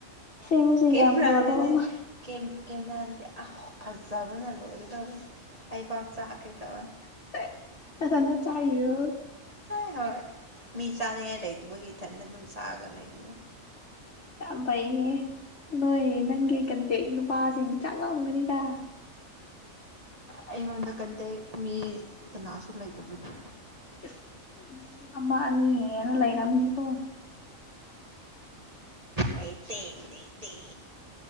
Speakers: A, on the left; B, on the right.
A: ꯑꯁꯦꯡꯕꯁꯨ
B: ꯀꯦꯃꯦꯔꯥꯗꯗꯤ
A: ꯌꯥꯝ ꯒ꯭ꯂꯣ ꯇꯧꯕ
B: ꯀꯦꯝ ꯀꯦꯃꯦꯔꯥꯗꯗꯤ ꯑꯧ ꯐꯖꯕꯅ ꯂꯣꯢꯒꯗꯧꯔꯦ ꯑꯩ ꯄꯥꯎ ꯆꯥꯛꯀꯦ ꯇꯧꯋꯦ
A: <unintelligible> ꯅꯊꯟꯗ ꯆꯥꯢꯔꯣ
B: ꯍꯣꯢ ꯍꯣꯢ ꯃꯤ ꯆꯥꯅꯤꯡꯉꯥꯢ ꯂꯩꯇꯕꯒꯤ ꯏꯊꯟꯇ ꯑꯗꯨꯝ ꯆꯥꯛꯑꯒ ꯂꯩꯕꯅꯦ
A: ꯌꯥꯝ ꯐꯩꯑꯦꯅꯦ ꯅꯣꯢ ꯅꯪꯒꯤ ꯀꯟꯇꯦꯛ ꯅꯨꯄꯥꯁꯤꯡ ꯆꯥꯛꯑꯝꯒꯅꯤꯗ
B: ꯑꯩꯉꯣꯟꯗ ꯀꯟꯇꯦꯛ ꯃꯤ ꯀꯅꯥꯁꯨ ꯂꯩꯇꯕꯗꯨ
A: ꯏꯁ ꯂꯤꯁꯤꯡ ꯑꯃ ꯑꯅꯤ ꯍꯦꯟꯅ ꯂꯩꯔꯝꯅꯤꯀꯣ
B: ꯂꯩꯇꯦ ꯂꯩꯥꯇꯦ